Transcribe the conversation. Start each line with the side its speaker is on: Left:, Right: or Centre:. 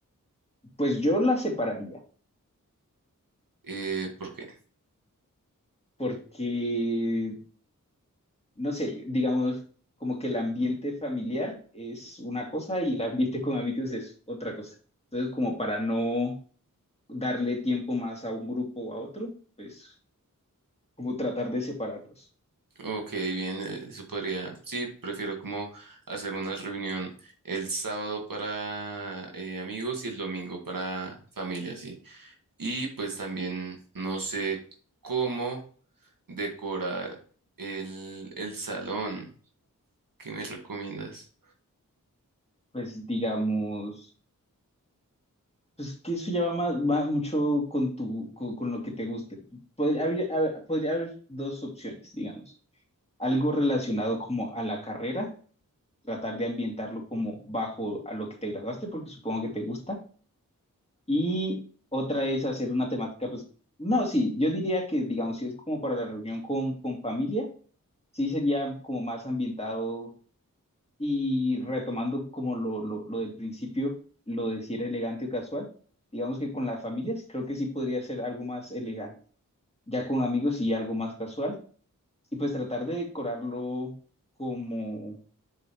Left: pues yo la separaría,
Right: Eh, ¿por qué?
Left: porque... no sé, digamos, como que el ambiente familiar es una cosa y el ambiente con amigos es otra cosa. Entonces, como para no darle tiempo más a un grupo o a otro, pues como tratar de separarlos.
Right: Ok, bien, eh, eso podría. Sí, prefiero como hacer una reunión el sábado para eh, amigos y el domingo para familia, sí. Y pues también no sé cómo decorar el, el salón. ¿Qué me recomiendas?
Left: Pues digamos, pues que eso ya va, más, va mucho con tu, con, con lo que te guste. Podría haber, haber- podría haber dos opciones, digamos. Algo relacionado como a la carrera, tratar de ambientarlo como bajo a lo que te graduaste, porque supongo que te gusta Y otra es hacer una temática, pues, no, sí, yo diría que, digamos, si es como para la reunión con, con familia, sí sería como más ambientado y retomando como lo, lo, lo del principio, lo de si era elegante o casual, digamos que con las familias creo que sí podría ser algo más elegante, ya con amigos sí algo más casual, y pues tratar de decorarlo como,